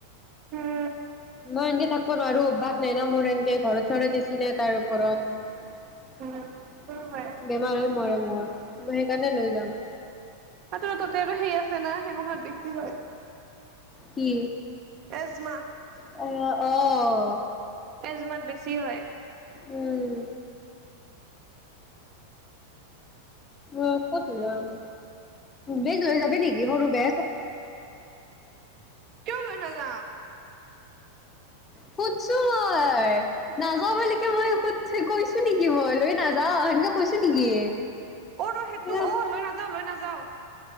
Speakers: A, on the right; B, on the left.
A: উম
B: মই এনকে থাকিব নোৱাৰো, বাক না মোৰ এনকে ঘৰত চৰে দিছি নাই তাৰ ওপৰত।
A: উম সেইটো হয়
B: বেমাৰ হৈ মৰে মোৰ, মই সেইকাৰণে লৈ যাম।
A: তাতো তাতে আৰু সেই আছে না সেইমখত বেছি হয়।
B: কি
A: এজমা
B: অ' অ'
A: এজমাত বেছি হয়।
B: উম। অ' ক'ত যাম। বেগ লৈ যাবি নেকি সৰু বেগ?
A: কিয় লৈ নাযাম।
B: সুধছো মই নাযাওঁ বুলিকে মই সুধ কৈছো নেকি মই লৈ নাযাওঁ এনেকে কৈছো নেকি।
A: অ' ৰ
B: এ
A: সেইটো অ' লৈ নাযাওঁ লৈ নাযাওঁ